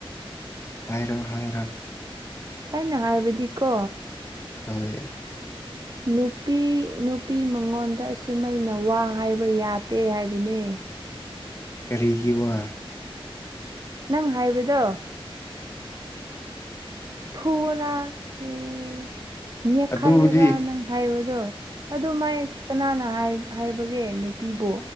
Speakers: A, on the left; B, on the right.
A: ꯍꯥꯏꯔꯣ ꯍꯥꯏꯔꯣ
B: ꯑꯩꯅ ꯍꯥꯏꯕꯗꯤꯀꯣ
A: ꯍꯣꯏ
B: ꯅꯨꯄꯤ ꯅꯨꯄꯤ ꯃꯉꯣꯟꯗ ꯑꯁꯨꯃꯩꯅ ꯋꯥ ꯍꯥꯏꯕ ꯌꯥꯗꯦ ꯍꯥꯏꯕꯅꯦ ꯑꯦ
A: ꯀꯔꯤꯒꯤ ꯋꯥ
B: ꯅꯪ ꯍꯥꯏꯕꯗꯣ ꯐꯨꯑꯣꯔꯥ ꯎꯝ ꯅꯦꯛꯈꯥꯏꯌꯨꯔꯥ
A: ꯑꯗꯨꯕꯨꯗꯤ
B: ꯅꯪ ꯍꯥꯏꯕꯗꯣ ꯑꯗꯨ ꯃꯥꯏ ꯀꯅꯥꯅ ꯍꯥꯏ ꯍꯥꯏꯕꯒꯦ ꯅꯨꯄꯤꯕꯨ